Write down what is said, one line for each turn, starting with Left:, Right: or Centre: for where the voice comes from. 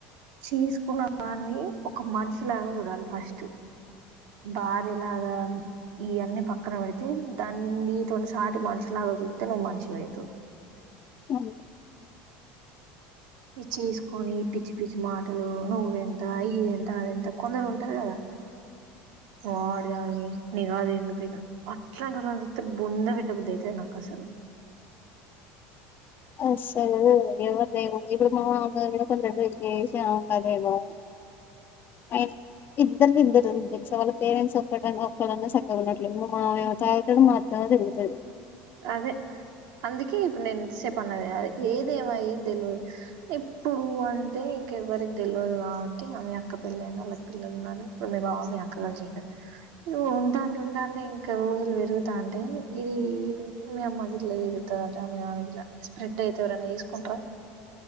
Right: చేసుకున్న వాడిని ఒక మనిషిలాగా చూడాలి ఫస్ట్ భార్యలాగా ఇవన్నీ పక్కన పెడితే దాన్ని నీతో సాటి మనిషిలాగ చూ ఇను ఉ మనుషివి అయితవ్
Left: అవు
Right: ఇది చేసుకొని పిచ్చి పిచ్చి మాటలు నువ్వెంత ఇది ఎంత అది ఎంత కొందరు ఉంటారు కదా వాడిదని నిఘదు ఎందుకు అట్లాంతల చూస్తే బుంద పెట్ట బుద్ధి అయితది నాకు అసలు
Left: అస్సలు ఎ దవం ఇప్పుడుమ అ కొడు ఇ అవుకా దైవం అ <unintelligible> ఇద్దరుది ఇద్దరు ఉంది తెలుస వాళ్ళ పేరెంట్స్ ఒక్కడ ఒక్కడన్నా చక్కగా ఉన్నట్లేదు మా తాయతడు మాత్రం <unintelligible>
Right: అదే అందుకే ఇప్పుడు నేను ఇంతసేపు అన్నది ఏదేమయ తెలియదు ఎప్పుడు అంటే ఇంకెవ్వరికి తెలియదు కాబట్టి ఆమె అక్కపెళ్ళయినా అళ్ళకి పిల్లలు ఉన్నారు ఇప్పుడు మీ బాబ మీ అక్కగలి చేయారు ఉంటంటే ఉంటాంటే ఇంకా రోజులు పెరుగుతా అంటే ఇది మీ అమ్మ గిలా ఇరుతాటా మీ నా గలా స్ప్రెడ్ అయితేవరన్న తీసుకుంటరా